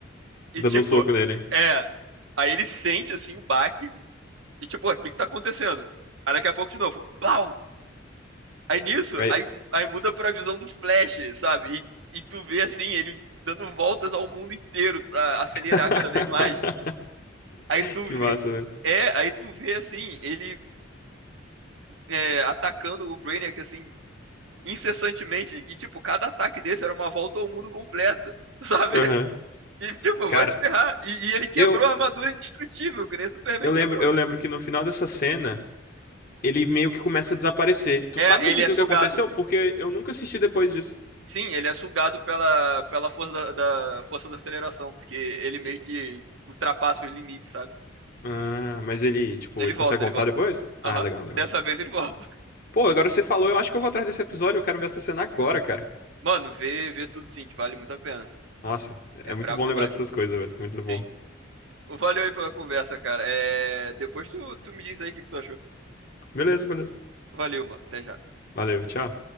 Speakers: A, on the right; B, on the left.
A: E
B: Dando
A: tipo,
B: um soco nele.
A: é. Aí ele sente assim o baque. E tipo, o que que tá acontecendo? Aí daqui a pouco de novo, pau! Aí nisso,
B: Aí-
A: aí, aí muda pra visão do Flash, sabe? E, e tu vê assim, ele dando voltas ao mundo inteiro pra acelerar
B: <laughs>
A: cada vez mais. Aí tu
B: Que
A: vê,
B: massa, velho.
A: é, aí tu vê assim, ele é, atacando o Brainiac assim, incessantemente. E tipo, cada ataque desse era uma volta ao mundo completa, <laughs> sabe?
B: Aham.
A: E tipo,
B: Cara,
A: vai se ferrar. E, e ele quebrou
B: eu,
A: a armadura indestrutível, que nem o Superman
B: eu
A: quebrou.
B: lembro, eu lembro que no final dessa cena, ele meio que começa a desaparecer. Tu
A: É,
B: sabe me
A: ele
B: dizer
A: é sugado.
B: o que aconteceu? Porque eu nunca assisti depois disso.
A: Sim, ele é sugado pela, pela força da, da- força da aceleração, porque ele meio
B: E-
A: que ultrapassa os limites, sabe?
B: Ah, mas ele, tipo,
A: Ele
B: ele
A: volta,
B: consegue voltar
A: ele volta.
B: depois? Ah,
A: Aham.
B: legal, legal.
A: Dessa vez ele volta.
B: Pô, agora você falou, eu acho que eu vou atrás desse episódio, eu quero ver essa cena agora, cara.
A: <laughs> Mano, vê, vê tudo sim, que vale muito a pena.
B: Nossa, é
A: É brabo
B: muito bom
A: demais.
B: lembrar dessas coisas, velho. Muito bom.
A: Sim. Valeu aí pela conversa, cara. É... Depois tu, tu me diz aí o que que tu achou.
B: Beleza, beleza.
A: Valeu, mano. Até já.
B: Valeu, tchau.